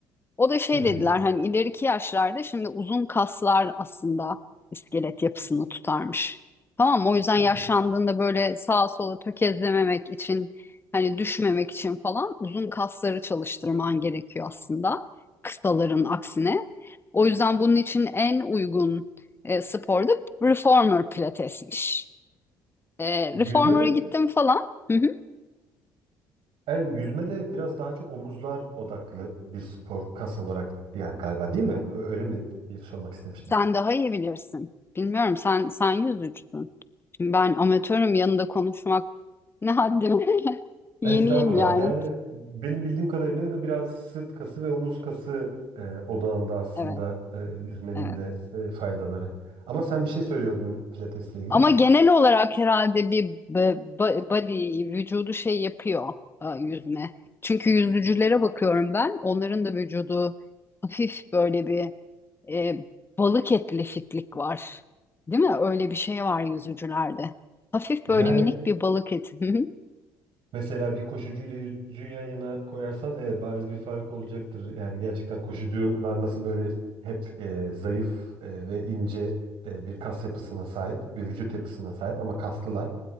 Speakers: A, on the left (about 25°); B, on the right (about 65°).
A: O da şey
B: Hı hı.
A: dediler hani ileriki yaşlarda şimdi uzun kaslar aslında iskelet yapısını tutarmış. Tamam mı? O yüzden
B: Hı.
A: yaşlandığında böyle sağa sola tökezlememek için hani düşmemek için falan uzun kasları çalıştırman gerekiyor aslında kısaların aksine. O yüzden bunun için en uygun e, spor da reformer pilatesmiş. E,
B: Yüzme
A: reformer'a
B: de
A: gittim falan. Hı hı.
B: yani yüzme de biraz daha çok omuzlar odaklı bir spor kas olarak yani galiba değil mi? Ö- Öyle mi diye sormak istemiştim.
A: Sen daha iyi bilirsin. Bilmiyorum sen sen yüzücüsün. Şimdi ben amatörüm yanında konuşmak ne haddime. <laughs> Yeniyim
B: Estağfurullah.
A: yani.
B: Yani benim bildiğim kadarıyla da biraz sırt kası ve omuz kası e, odağında aslında
A: Evet,
B: e, yüzmenin
A: evet.
B: de e, faydaları. Ama sen bir şey söylüyordun pilatesle ilgili.
A: Ama genel olarak herhalde bir b- b- body vücudu şey yapıyor e, yüzme. Çünkü yüzücülere bakıyorum ben. Onların da vücudu hafif böyle bir e, balık etli fitlik var. Değil mi? Öyle bir şey var yüzücülerde. Hafif
B: Yani
A: böyle minik bir balık eti. <laughs>
B: mesela bir koşucuyla yüzücüyü yan yana koyarsan evet bariz bir fark olacaktır. Yani gerçekten koşucular nasıl böyle hep e, zayıf e, ve ince e, bir kas yapısına sahip, bir vücut yapısına sahip ama kaslılar.